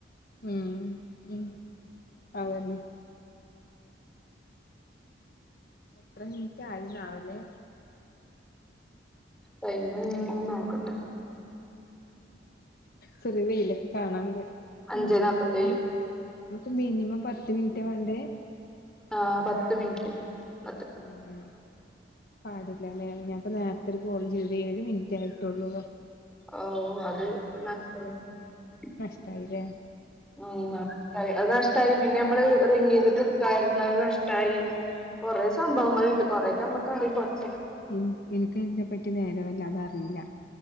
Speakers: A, on the left; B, in the centre.
A: മ്മ് ഉം അതന്നെ. എത്ര മിനിറ്റ് ആയിണവല്ലേ.
B: ടൈമ്മ് നോക്കട്ടെ.
A: ചെറ്യേ വെയ്ലൊക്കെ കാണാണ്ട്. <unintelligible>
B: അഞ്ചേ നാപ്പത്തേഴ്
A: മിനിമം പത്ത് മിനിറ്റാ വാണ്ടേ? !!!!
B: ആ പത്ത് മിന് റ്റ്! !!!!
A: മ്മ് മ് പാടില്ലല്ലേ ഞാൻ ഇപ്പം നേരത്തെ ഒരു കോള് ചെയ്തു ഏഴു മിനി കേട്ടോളുക.
B: അവ്വു അത് നഷ്ട. <unintelligible>
A: നഷ്ട്ടായില്ലേ.
B: മ്മ് അതു നഷ്ടയായി അതു നഷ്ടയായി പിന്നെ നമ്മള് റിങ്ങു ചെയ്തിട്ട് എടുക്കാതിരുന്നാ അത് നഷ്ടയായി. കൊറെ സംഭവങ്ങളുണ്ട് കൊറെയൊക്കെ നമ്മക്കറിയും കെറച്ച്
A: ഇനി ഇനിക്ക് ഇതിനെ പറ്റി നേരെ വല്ലാതെ ഒന്നുമറിയല്ല